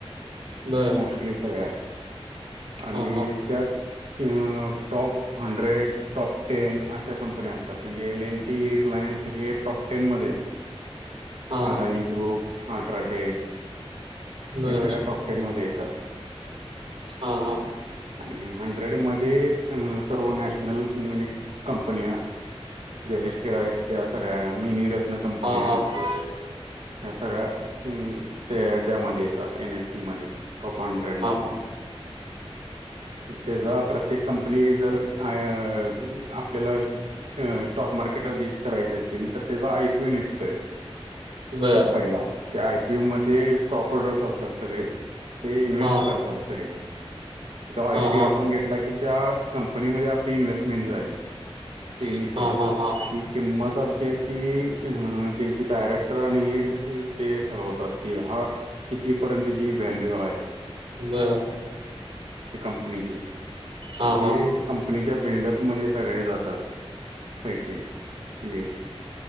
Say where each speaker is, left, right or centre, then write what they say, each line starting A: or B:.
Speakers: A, on the right; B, on the right.
A: बर
B: मोस्टली सगळ्या. आणि
A: हा हा
B: ई त्यात. त टॉप हंड्रेड. Top ten. अशा कंपन्या असतात. म्हणजे एल. एन. टी, रिलायन्स हे टॉप टेन मध्ये हाय.
A: हा
B: अदानी
A: हा
B: ग्रुप. Ultra take.
A: बर
B: हे सगळं टॉप टेन मध्ये येतात.
A: हा हा
B: आणि हंड्रेड मध्ये. अं सर्व नॅशनल म्हणजे कंपन्या ज्या लिस्टेड आहेत त्या सगळ्या मिनीरत्न कंपन्या
A: हा हा हा
B: ह्या सगळ्या अं त्या त्यामध्ये येतात. एन. एस. सी मध्ये टॉप हंड्रेड मध्ये.
A: हा
B: तेजा प्रत्येक कंपनी जर अं. अ आपल्याला स्टॉक मार्केटवर लिस्ट करायची असेल. तर त्याचा आय. पी. ओ. निघतोय.
A: बर
B: पहिला त्या आय. पी. यू. मध्ये स्टॉक होर्डर्स असतात सगळे. ते इन्व्हेस्ट
A: हा
B: करतात सगळे. तो आय.
A: हा
B: पी.
A: हा
B: आपण घेतला की. त्या कंपनीमध्ये आपली इन्व्हेस्टमेंट झाली. इनिशल
A: हा हा हा
B: ती किंमत असत्या ती ते ची डायरेक्टर आणि हे ते ठरवतात ती हा कितीपर्यंतची व्हॅल्यू हाय.
A: बर.
B: त्या कंपनीची.
A: हा
B: आणि ते
A: हा
B: कंपनी च्या बिल्डअप मध्ये सगळे जातात. पैसे म्हणजे